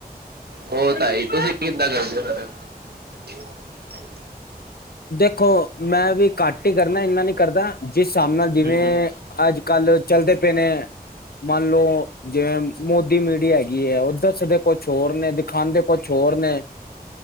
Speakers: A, on the right; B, on the left.
A: ਉਹ ਤਾਂ ਹੀ ਤੁਸੀਂ ਕਿੱਦਾਂ <unintelligible>
B: ਦੇਖ ਦੇਖੋ ਮੈਂ ਵੀ ਘੱਟ ਹੀ ਕਰਨਾ ਇੰਨਾ ਨੀ ਕਰਦਾ ਜਿਸ ਹਿਸਾਬ ਨਾਲ,
A: ਫਿਰ
B: ਜਿਵੇਂ
A: ਹੂੰ ਹੂੰ
B: ਅੱਜ ਕੱਲ ਚਲਦੇ ਨੇ ਮੰਨ ਲਓ ਜਿਵੇਂ ਮੋਦੀ ਮੀਡੀਆ ਹੈਗੀ ਹੈ ਉੱਧਰ ਸਧ ਕੁਛ ਹੋਰ ਨੇ ਦਿਖਾਦੇ ਕੁਛ ਹੋਰ ਨੇ,